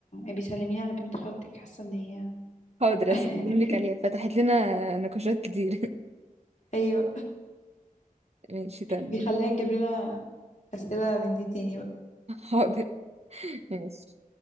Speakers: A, on the left; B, on the right.
A: بيسلميني على بنت خالتك حاسة ان هي
B: حاضر
A: <laughs>
B: اسلم لك عليها فتحت لنا نقاشات كتير
A: ايوه
B: <laughs> ماشي تمام
A: بيخليها تجيب لنا اسئلة من دي تاني
B: حاضر ماشي